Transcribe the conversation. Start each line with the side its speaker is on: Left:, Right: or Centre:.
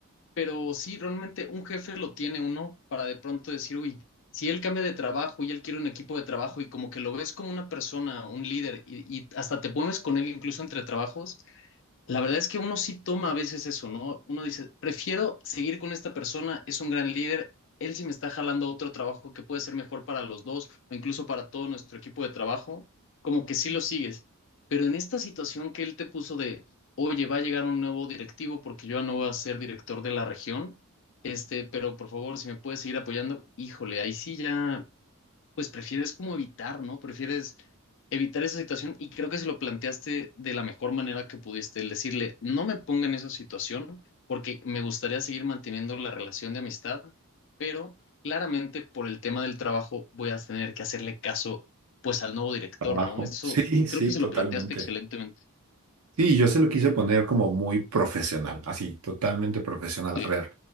Left: Pero sí, realmente un jefe lo tiene uno para de pronto decir, uy, si él cambia de trabajo y él quiere un equipo de trabajo y como que lo ves como una persona, un líder y, y hasta te pones con él incluso entre trabajos, la verdad es que uno sí toma a veces eso, ¿no? Uno dice, prefiero seguir con esta persona, es un gran líder, él sí me está jalando otro trabajo que puede ser mejor para los dos o incluso para todo nuestro equipo de trabajo, como que sí lo sigues. Pero en esta situación que él te puso de, oye, va a llegar un nuevo directivo porque yo ya no voy a ser director de la región, este, pero por favor, si me puedes seguir apoyando, híjole, ahí sí ya pues prefieres como evitar, ¿no? Prefieres evitar esa situación y creo que se lo planteaste de la mejor manera que pudiste, el decirle, no me ponga en esa situación porque me gustaría seguir manteniendo la relación de amistad, pero claramente por el tema del trabajo voy a tener que hacerle caso pues al nuevo director,
Right: Trabajo.
Left: ¿no? Eso
Right: Sí, sí,
Left: creo que se
Right: totalmente.
Left: lo planteaste excelentemente.
Right: Sí, yo se lo quise poner como muy profesional, así, totalmente profesional.
Left: Sí,
Right: A ver,